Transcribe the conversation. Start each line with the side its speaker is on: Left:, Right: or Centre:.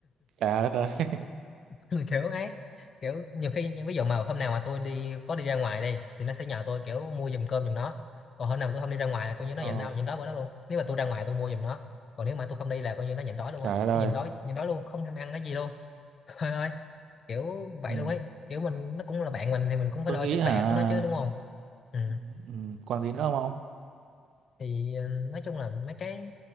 Right: trời đất ơi <laughs>
Left: <laughs> kiểu ấy kiểu nhiều khi ví dụ mà hôm nào mà tôi đi có đi ra ngoài đi thì nó sẽ nhờ tôi kiểu mua giùm cơm giùm nó còn hôm nào mà tôi không đi ra ngoài là coi như nó
Right: Ồ,
Left: nhịn đau nhịn đói bữa đó luôn nếu mà tôi ra ngoài tôi mua giùm nó còn nếu mà tôi không đi là coi như nó nhịn đói luôn
Right: trời
Left: á
Right: đất
Left: nó
Right: ơi.
Left: nhịn đói nhịn đói luôn không thèm ăn cái gì luôn <laughs> Trời ơi kiểu vậy
Right: Ừ.
Left: luôn ấy kiểu mình nó cũng là bạn mình thì mình cũng phải
Right: Tôi
Left: lo
Right: nghĩ
Left: sức
Right: hả,
Left: khỏe của nó chứ đúng không ừ.
Right: ừ, ừ, còn gì nữa không ông?
Left: thì ừ, nói chung là mấy cái